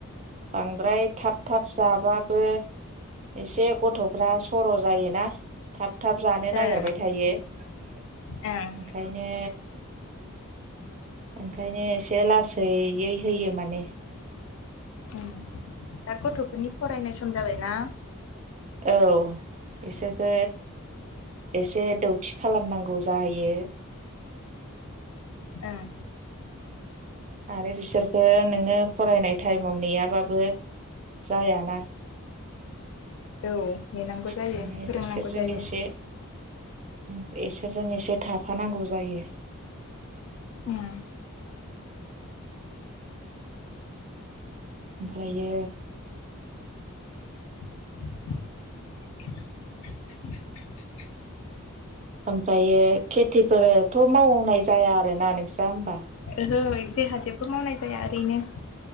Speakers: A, on the right; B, on the left.
A: बांद्राय थाब थाब जाबाबो एसे गथ'फ्रा स'र' जायोना थाब थाब जानो
B: ओं
A: नागिरबाय थायो ओंखायनो
B: ओं
A: ओंखायनो एसे लासैयै होयो माने
B: उम दा गथ'फोरनि फरायनाय सम जाबायना
A: औ बिसोरखो एसे दौथि खालामनांगौ जायो
B: ओं
A: आरो बिसोरखौ नोङो फरायनाय टाइमाव नेयाबाबो जायाना
B: औ नेनांगौ जायो।
A: ओंखायनो
B: फोरोंनांगौ जायो।
A: एसे बिसोरजों एसे थाफानांगौ जायो
B: उम
A: ओमफ्रायो
B: <inaudible>
A: ओमफ्रायो खेथिफोरथ' मावनाय जाया आरोना नोंस्रा होमबा?
B: ओहो जोंहा जेबो मावनाय जाया ओरैनो